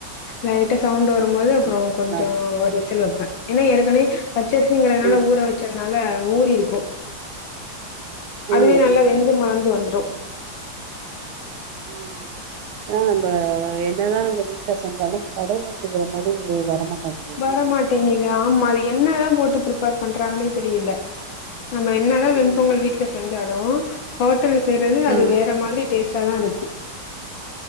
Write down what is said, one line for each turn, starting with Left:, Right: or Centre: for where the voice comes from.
Left: லைட்டா சவுண்ட் வர் வபோது அப்புறம்
Right: ம்
Left: கொஞ்சம்
Right: நல்லது
Left: ஒரு ீசல் வைப்பேன் என்ன எனக்குனே பச்சரிசிங்கறதுனால
Right: ம்
Left: ஊற வச்சதுனால க ஊர் இருக்கு அதுவே
Right: ம்
Left: நல்லா
Right: ம்
Left: வெந்து மறந்து வந்துரு
Right: ம் அத நம்ப வே என்ன தா நம்ம வீட்ல செஞ்சாலு அந்த கடையில செய்யற மாரி வரமாட்டேங்குது
Left: வரமாட்டேங்கிது ஆமா என்னல்லா போட்டு பிரிப்பேர் பண்றாங்கன்னே தெரியில நம்ம என்ன தா வெண்பொங்கல்
Right: ம்
Left: வீட்டில செஞ்சாலு ஹோட்டல் செய்யறது அது
Right: ம் ம்
Left: வேற மாதிரி டேஸ்ட்டா தா இருக்